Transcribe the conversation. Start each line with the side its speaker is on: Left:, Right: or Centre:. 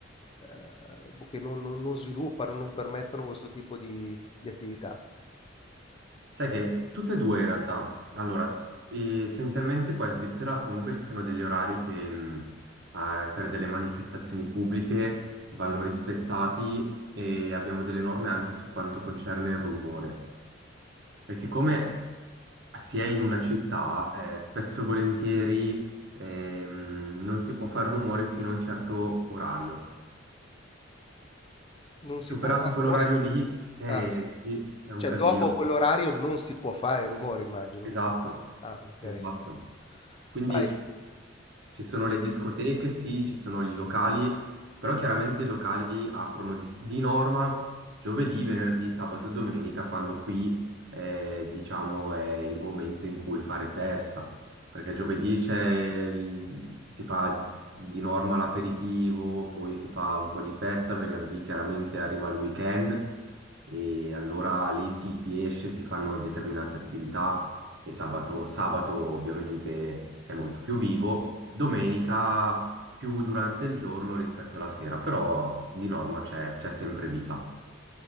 Left: ehm, boh, che non non non sviluppano, non permettono questo tipo di di attività?
Right: Sai che s- tutte e due in realtà. Allora, s- essenzialmente qua in Svizzera comunque ci sono degli orari che mh, eh, per delle manifestazioni pubbliche vanno rispettati e abbiamo delle norme anche su quanto concerne il rumore. E siccome si è in una città, eh, spesso e volentieri ehm, non si può fare rumore fino a un certo orario.
Left: Non
Right: Superato
Left: si può far
Right: quell'orario
Left: rumore?
Right: lì, eh,
Left: Ah,
Right: sì, è un
Left: cioè
Right: casino.
Left: dopo quell'orario non si può fare rumore, immagino.
Right: Esatto,
Left: Ah, ok.
Right: esatto.
Left: ok.
Right: Quindi
Left: Vai.
Right: ci sono
Left: Ci sta.
Right: le discoteche, sì, ci sono i locali, però chiaramente i locali aprono di, di norma giovedì, venerdì, sabato e domenica, quando qui eh, diciamo è il momento in cui fare festa, perché giovedì c'è il- si fa di norma l'aperitivo, poi si fa un po' di festa, venerdì chiaramente arriva il weekend e allora lì si si esce, si fanno determinate attività. E sabato, sabato ovviamente è molto più vivo, domenica più durante il giorno rispetto alla sera, però di norma c'è c'è sempre vita.